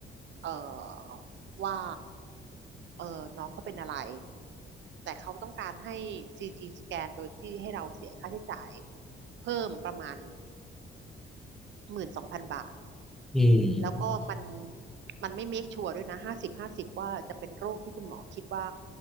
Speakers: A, on the right; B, in the centre.
A: เอ่อว่าเออน้องเขาเป็นอะไรแต่เขาต้องการให้ซีทีสแกนโดยที่ให้เราเสียค่าใช้จ่ายเพิ่มประมาณหมื่นสองพันบาท
B: อืม
A: แล้วก็มันมันไม่เมคชัวร์ด้วยนะห้าสิบห้าสิบว่าจะเป็นโรคที่คุณหมอคิดว่า